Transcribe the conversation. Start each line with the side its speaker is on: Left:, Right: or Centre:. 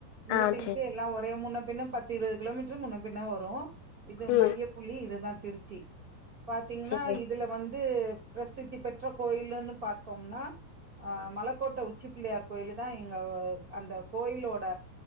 Right: இங்கிட்டு
Left: ஆ சேரி
Right: இங்க எல்லா ஒரே முன்ன பின்ன பத்து இருவது கிலோமீட்டரு முன்ன பின்ன வரு இது
Left: ம்
Right: மைய புள்ளி இதுதான் ச்சி பாத்தீங்கன்னா
Left: சேரி
Right: இதுல வந் ந்து பிரசித்தி பெற்ற கோயிலுன்னு பாத்தோம்னா ஆ மலக்கோட்ட உச்சிப்புள்ளையார் கோயிலுதா எங்க <unintelligible> அந்த கோயில் ஓட